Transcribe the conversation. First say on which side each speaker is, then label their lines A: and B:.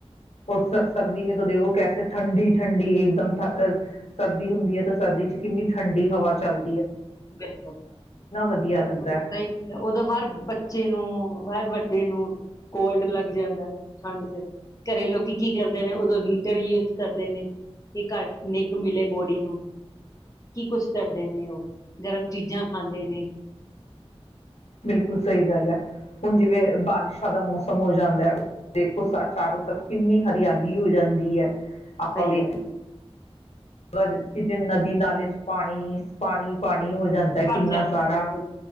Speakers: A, on the left; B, on the left.
A: ਓ ਸਰ ਸਰਦੀ ਨੇ ਤਾਂ ਦੇਉ ਕੈਸੇ ਠੰਡੀ-ਠੰਡੀ ਇੱਕਦਮ ਸਰਦ ਸਰਦੀ ਹੁੰਦੀ ਹੈ ਤਾਂ ਸਰਦੀ ਚ ਕਿੰਨੀ ਠੰਡੀ ਹਵਾ ਚੱਲ
B: ਬਿਲਕੁਲ
A: ਵਧੀਆ ਲੱਗਦਾ
B: ਉਦੋਂ
A: ਹੈ।
B: ਸਹੀ ਉਦੋਂ ਹਰ ਬੱਚੇ ਨੂੰ ਹਰ ਬੱਚੇ <unintelligible> ਨੂੰ ਕੋਲਡ ਲੱਗ ਜਾਂਦਾ ਹੈ ਠੰਡ ਦੇ ਘਰੇ ਲੋਕੀ ਕੀ ਕਰਦੇ ਨੇ ਉਦੋਂ ਵੀ? ਹੀਟਰ ਯੁਜ਼ ਕਰਦੇ ਨੇ ਕਿ ਘੱਟ ਨਿੱਘ ਮਿਲੇ ਬੋਡੀ ਨੂੰ, ਕੀ ਕੁਛ ਕਰਦੇ ਨੇ ਉਹ। ਗਰਮ ਚੀਜ਼ਾਂ ਖਾਂਦੇ ਨੇ।
A: ਬਿਲਕੁਲ ਸਹੀ ਗੱਲ ਐ। ਹੁਣ ਜਿਵੇਂ ਬਾਰਿਸ਼ ਉਦਾ ਦਾ ਮੌਸਮ ਹੋ ਜਾਂਦਾ ਐ। ਦੇਖੋ ਸਾ ਚਾਰੋ ਤਰਫ ਕਿੰਨੀ ਹਰਿਆਲੀ ਹੋ ਜਾਂਦੀ ਐ। ਆਪਾਂ
B: ਸਹੀ
A: ਵੇਖ
B: ਗੱਲ
A: ਕਿ ਦਿ ਨਦੀ ਨਾਲੇ ਚ ਪਾਣੀ ਪਾਣੀ ਪਾਣੀ ਹੋ ਜਾਂਦਾ ਹੈ
B: ਭਰ
A: ਕਿੰਨਾ
B: ਜਾਂਦਾ
A: ਸਾਰਾ
B: ਬਿਲਕੁਲ।